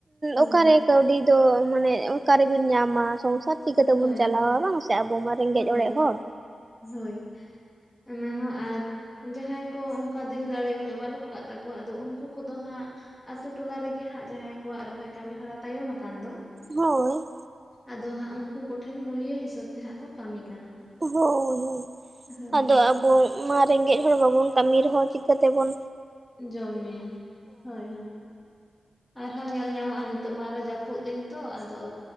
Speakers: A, in the centre; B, on the right.
A: ᱦᱳᱭ
B: ᱚᱠᱟᱨᱮ ᱠᱟᱹᱣᱰᱤ ᱫᱚ ᱢᱟᱱᱮ ᱚᱠᱟᱨᱮᱵᱤᱱ ᱧᱟᱢᱟ ᱥᱚᱝᱥᱟᱨ ᱪᱤᱠᱛᱮᱵᱚᱱ
A: ᱦᱳᱭ
B: ᱪᱟᱞᱟᱣᱟ
A: ᱦᱳᱭ
B: ᱵᱟᱝ ᱥᱮ ᱟᱵᱚ ᱢᱟ ᱨᱮᱸᱜᱮᱡ
A: ᱦᱳᱭ
B: ᱚᱲᱮᱡ ᱦᱚᱲ
A: ᱦᱳᱭ ᱚᱱᱟ ᱦᱚᱸ ᱟᱨ ᱡᱟᱦᱟᱸᱭ ᱠᱚ ᱚᱱᱠᱟ ᱫᱤᱞ ᱫᱟᱲᱮ ᱩᱱᱟᱹᱜ ᱵᱟᱹᱱᱩᱜ ᱟᱠᱟᱫ ᱛᱟᱠᱚᱣᱟ ᱟᱫᱚ ᱩᱱᱠᱩ ᱠᱚᱫᱚ ᱦᱟᱸᱜ ᱟᱛᱳ ᱴᱚᱞᱟ ᱨᱮᱜᱮ ᱦᱟᱸᱜ ᱡᱟᱦᱟᱸᱭ ᱠᱚᱣᱟᱜ ᱨᱚᱦᱚᱭ ᱠᱟᱹᱢᱤ ᱦᱚᱨᱟ ᱛᱟᱭᱚᱢ ᱟᱠᱟᱱ ᱫᱚ
B: ᱦᱳᱭ
A: ᱟᱫᱚ ᱦᱟᱸᱜ ᱩᱱᱠᱩ ᱠᱚ ᱴᱷᱮᱱ ᱢᱩᱞᱤᱭᱟ ᱦᱤᱥᱟᱹᱵ ᱛᱮ ᱦᱟᱸᱜ ᱠᱚ ᱠᱟᱹᱢᱤ ᱠᱟᱱᱟ
B: ᱦᱳᱭ ᱦᱳᱭ
A: ᱦᱳᱭ
B: ᱟᱫᱚ
A: ᱦᱳᱭ
B: ᱟᱵᱚ ᱢᱟ ᱨᱮᱸᱜᱮᱡ ᱦᱚᱲ ᱵᱟᱵᱚᱱ ᱠᱟᱹᱢᱤ ᱨᱮᱦᱚᱸ ᱪᱤᱠᱟᱹᱛᱮᱵᱚᱱ
A: ᱡᱚᱢ ᱧᱩᱭᱟ ᱦᱳᱭ ᱦᱳᱭ ᱟᱨᱦᱚᱸ ᱧᱮᱞ ᱧᱟᱢᱚᱜᱼᱟ ᱱᱤᱛᱚᱜ ᱢᱟ ᱟᱨᱚ ᱡᱟᱹᱯᱩᱫ ᱫᱤᱱ ᱛᱚ ᱟᱫᱚᱼᱼ